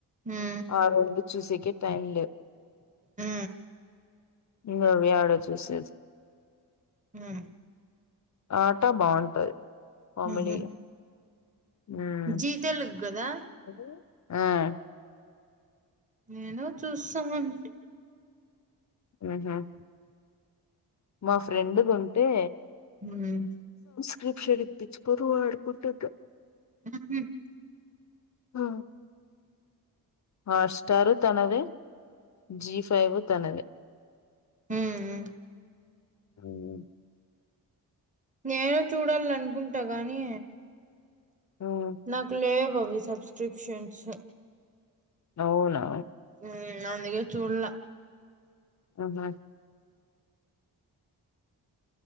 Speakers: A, on the right (about 20°); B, on the left (about 45°).
A: హ్మ్
B: ఆ రెండు చూసకె టైమ్
A: మ్మ్
B: ఇంగ అవి యాడ చూసేది
A: మ్మ్
B: ఆటా బాగుంటది కామెడి
A: ఊహూ
B: మ్మ్
A: జీ తెలుగు కదా
B: మ్మ్
A: నేనూ చూస్తున్నాన్
B: ఊహ్మ్ మా ఫ్రెండుదుంటే
A: ఉమ్
B: <inaudible> షేర్ ఇప్పిచుకోని వాడుకుంటున్న
A: ఉ హ్మ్
B: మ్ హాట్స్టారు తనదే జి ఫైవ్ తనదే
A: హ్మ్
B: ఉమ్మ్
A: నేను చూడాల అనుకుంటా కాగానీ
B: ఉమ్
A: నాకు లే వి సబ్స్క్రిప్షన్స్
B: అవునా
A: ఉమ్ అందికే చూడల
B: ఆహా